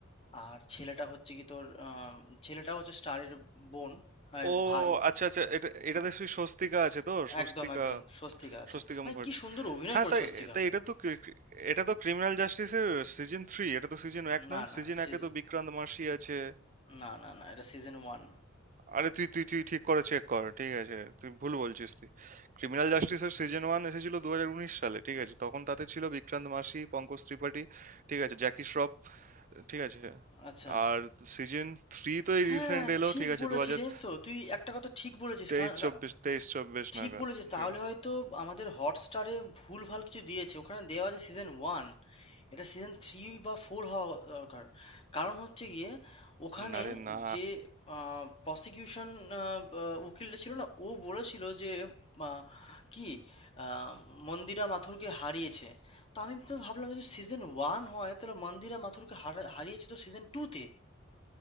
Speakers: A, on the left (about 30°); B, on the right (about 40°).
A: আর ছেলেটা হচ্ছে কি তোর আম, ছেলেটা হচ্ছে স্টারের বোন আহ,
B: ও
A: ভাই
B: আচ্ছা আচ্ছা এটা এটাতে সেই স্বস্তিকা আছে তো স্বস্তিকা
A: একদম একদম স্বস্তিকা আছে
B: স্বস্তিকা
A: ভাই
B: মুখার্জি
A: কি সুন্দর অভিনয়
B: হ্যাঁ
A: করে
B: তাই
A: স্বস্তিকা
B: তাই এটা তো cri- cri- এটা তো ক্রিমিনাল জাস্টিসের সিজন থ্রি এটা তো সিজন এক
A: না
B: নয়
A: না
B: সিজন
A: সিজন
B: একে তো বিক্রান্ত মাসি আছে
A: না না না এটা সিজন ওয়ান
B: আরে তুই তুই তুই ঠিক করে চেক কর ঠিক আছে তুই ভুল বলছিস তুই ক্রিমিনাল জাস্টিসের সিজন ওয়ান এসেছিল দু হাজার উনিশ সালে ঠিক আছে তখন তাতে ছিল বিক্রান্ত মাসি পঙ্কজ ত্রিপাঠী ঠিক আছে জ্যাকি শ্রফ ঠিক আছে
A: আচ্ছা।
B: আর সিজন থ্রি তো এই
A: হ্যাঁ,
B: রিসেন্ট এলো
A: ঠিক
B: ঠিক আছে
A: বলেছিস
B: দু হাজার
A: জানিস তো? তুই একটা কথা ঠিক বলেছিস।
B: তেইশ
A: কারণ
B: চব্বিশ
A: কা
B: তেইশ চব্বিশ
A: ঠিক
B: নাগাদ
A: বলেছিস।
B: ঠিক
A: তাহলে
B: আছে
A: হয়তো আমাদের Hotstar এ ভুলভাল কিছু দিয়েছে। ওখানে দেওয়া আছে সিজন 1 এটা সিজন 3 বা 4 হওয়া দরকার। কারণ হচ্ছে গিয়ে ওখানে
B: আরে না
A: যে আ প্রসিকিউশন আ বা উকিলটা ছিল না? ও বলেছিল যে আ কি আ মন্দিরা মাথুরকে হারিয়েছে। তো আমি তো ভাবলাম যদি সিজন 1 হয় তাহলে মন্দিরা মাথুরকে হারা হারিয়েছে তো সিজন 2 তে।